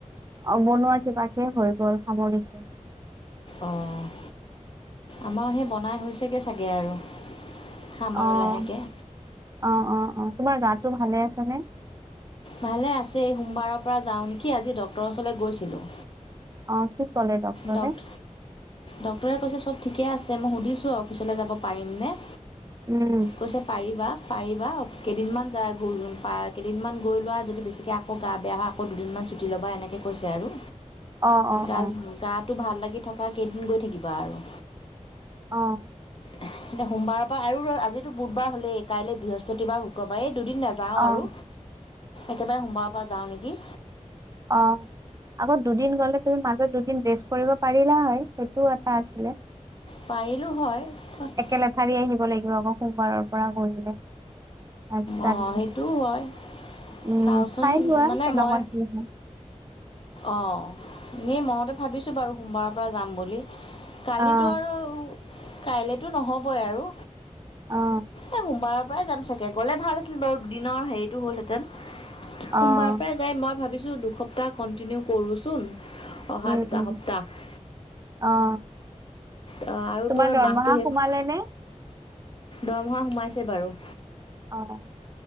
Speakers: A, on the right; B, on the left.
A: অ', বনোৱা কিবাকে হৈ গ'ল সামৰিছোঁ।
B: অ', আমাৰ সেই বনাই হৈছেগে চাগে আৰু। খাম
A: অ'।
B: আৰু লাহেকে।
A: অ। অ। অ। তোমাৰ গাটো ভালে আছেনে?
B: ভালে আছে। এই সোমবাৰৰ পৰা যাওঁ নেকি, আজি ডক্টৰৰ ওচৰলৈ গৈছিলোঁ।
A: অ', কি ক'লে ডক্টৰে?
B: ডক্ট ডক্টৰে কৈছে- চব ঠিকে আছে। মই সুধিছোঁ আউ অফিচলৈ যাব পাৰিম নে?
A: উম।
B: কৈছে পাৰিবা। পাৰিবা। কেইদিনমান যাই <unintelligible> কেইদিনমান গৈ লোৱা যদি বেছিকৈ আ কো গা-বেয়া হয়। আকৌ দুদিনমান ছুটি ল'বা, এনেকৈ কৈছে আৰু।
A: অ', অ',
B: গাল
A: অ',
B: গাটো ভাল লাগি থকা কেইদিন গৈ থাকিবা আৰু।
A: অ'।
B: এতিয়া সোমবাৰৰ পৰা আৰু আজিতো বুধবাৰ হ'লেই, কাইলৈ বৃহস্পতিবাৰ, শুক্ৰবাৰ এই দুদিন নাযা যাওঁ
A: অ'।
B: আৰু, একেবাৰে সোমবাৰৰ পৰা যাওঁ নেকি।
A: অ'। আগত দুদিন গ'লে তুমি মাজত দুদিন ৰেষ্ট কৰিব পাৰিলা হয়, সেইটোও এটা আছিলে।
B: পাৰিলোঁ হয়। <unintelligible>
A: একেলেথাৰিয়ে আহিব লাগিব আকৌ সোমবাৰৰ পৰা কৰিলে। পাঁচটা
B: অ'
A: দিন।
B: সেইটোও হয়।
A: উম,
B: চাওচোন
A: চাই লোৱা
B: মানে
A: কেনেকুৱা
B: মই
A: কি হয়
B: অ, এনেই মনতে ভাবিছোঁ বাৰু সোমবাৰৰ পৰা যাম বুলি। কালিতো
A: অ',
B: আৰু, কাইলেতো নহ'বই আৰু
A: অ',
B: এ' সোমবাৰৰ পৰাই যাম চাগে। গ'লে ভাল আছিল বাৰু দিনৰ হেৰিটো হ'লহেঁতেন। সোমবাৰৰ
A: অ'।
B: পৰাই টোৱেই মই ভাবিছো দুসপ্তাহ কন্টিনিউ কৰোচোন, অহা
A: উম,
B: দুটা
A: উম,
B: সপ্তাহ।
A: অ'।
B: অ, আৰু
A: তোমাৰ
B: তোৰ আ
A: দৰমহা
B: মাহটো শেষ,
A: সোমালে নে?
B: দৰমহা সোমাইছে বাৰু।
A: অ'।